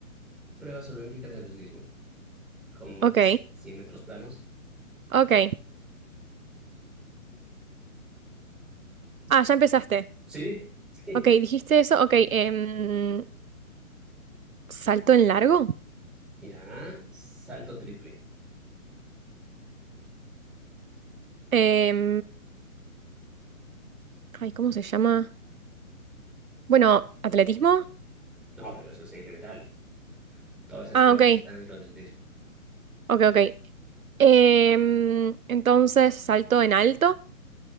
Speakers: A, in the centre; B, on the right.
A: pruebas olímpicas de atletismo. como
B: Ok,
A: 100 metros planos.
B: ok. Ah, ya empezaste.
A: Sí, Sí.
B: Ok, dijiste eso. Ok, em, salto en largo.
A: Ya, salto triple.
B: Em, ay, ¿cómo se llama? Bueno, atletismo.
A: No, pero eso es en general. Todas esas
B: Ah,
A: pruebas
B: ok,
A: están dentro del atletismo.
B: ok, ok. Em, entonces, salto en alto.